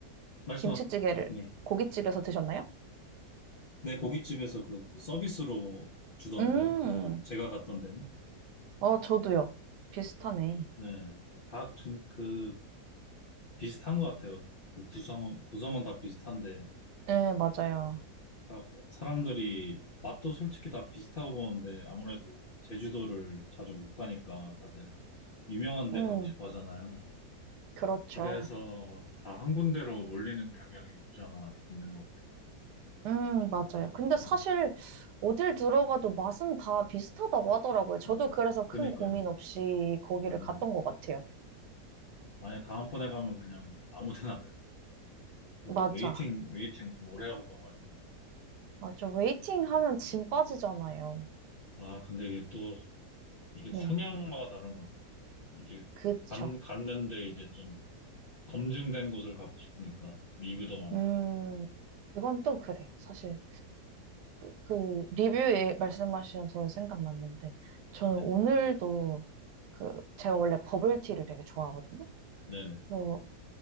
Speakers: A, on the left; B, on the right.
A: 말씀하세요.
B: 김치찌개를
A: 네.
B: 고깃집에서 드셨나요?
A: 네, 고깃집에서 그 서비스로 주던데요.
B: 음,
A: 그, 제가 갔던 데는.
B: 어, 저도요. 비슷하네.
A: 네. 다, 좀 그, 비슷한 것 같아요. 뭐 구성은 구성은 다 비슷한데.
B: 네, 맞아요.
A: 딱 사람들이 맛도 솔직히 다 비슷하고 보는데 아무래도 제주도를 자주 못 가니까 다들 유명한 데
B: 음,
A: 가고 싶어 하잖아요.
B: 그렇죠.
A: 그래서 다 한 군데로 몰리는 경향이 없지 않아 있는 것 같아요.
B: 음, 맞아요.
A: 또,
B: 근데
A: 네.
B: 사실 어딜 들어가도 맛은 다 비슷하다고 하더라고요. 저도
A: 음,
B: 그래서 큰
A: 그니까요.
B: 고민 없이 거기를
A: 네네.
B: 갔던 것 같아요.
A: 만약 다음번에 가면 그냥 아무 데나 갈거 같아요. 저도
B: 맞아.
A: 웨이팅, 웨이팅 좀 오래 하고 가가지고.
B: 맞아. 웨이팅 하면 짐 빠지잖아요.
A: 아, 근데 이게 또, 이게
B: 네.
A: 성향마다 다른 것 같아요. 이제
B: 그쵸.
A: 간, 갔는데 이제 좀 검증된 곳을 가고 싶으니까. 리뷰도 많고.
B: 음, 그건 또 그래요. 사실. 그 리뷰에 말씀하셔서 생각났는데 저는
A: 네,
B: 오늘도 그 제가 원래 버블티를 되게 좋아하거든요.
A: 네네.
B: 그래서